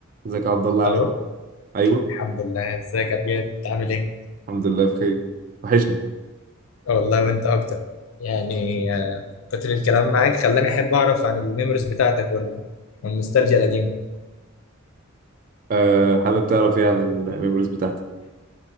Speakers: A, on the right; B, on the left.
A: ازيك يا عبد الله عامل
B: الو
A: ايه؟ ايوه
B: الحمد لله ازيك يا بجد انت عامل ايه
A: الحمد لله بخير وحشني
B: والله وانت اكتر يعني آه، كتر الكلام معاك خلاني احب اعرف عن الميموريز بتاعتك وال- والنوستالجيا القديمه
A: أه حابب تعرف ايه عن الميموريز بتاعتي